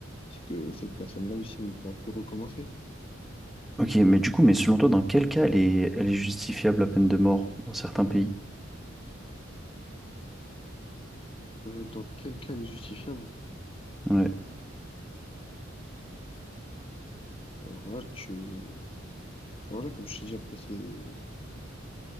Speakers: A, on the left (about 30°); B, in the centre.
A: c'est que cette personne-là aussi elle ne pourra plus recommencer.
B: Ok, mais du coup, mais selon toi, dans quel cas elle est, elle est justifiable, la peine de mort, dans certains pays?
A: Euh, dans quel cas elle est justifiable?
B: Ouais.
A: Alors là, tu, alors là, comme je t'ai dit, après, c'est